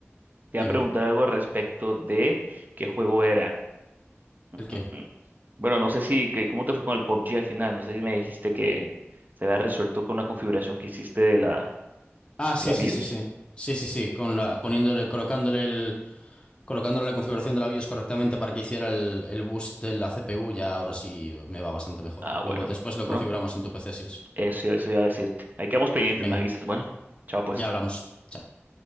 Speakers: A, on the right (about 40°); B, on the left (about 20°).
A: te
B: Dime.
A: iba a preguntar algo al respecto de qué juego era.
B: ¿El qué?
A: Mm, mm. Bueno, no sé si, que, ¿cómo te fue con el PUBG al final? No sé si me dijiste que se había resuelto con la configuración que hiciste de la,
B: Ah, sí,
A: de la
B: sí,
A: BIOS.
B: sí, sí. Sí, sí, sí, con la, poniéndole, colocándole el... Colocándole la configuración de la BIOS correctamente para que hiciera el, el boost de la CPU, ya ahora sí me va bastante mejor.
A: Ah,
B: Luego,
A: bueno.
B: después lo
A: Bueno,
B: configuramos en tu PC si eso.
A: Eso, eso iba a decirte. Ahí quedamos pendientes,
B: Venga,
A: me avisas. Bueno, chao pues.
B: ya hablamos. Chao.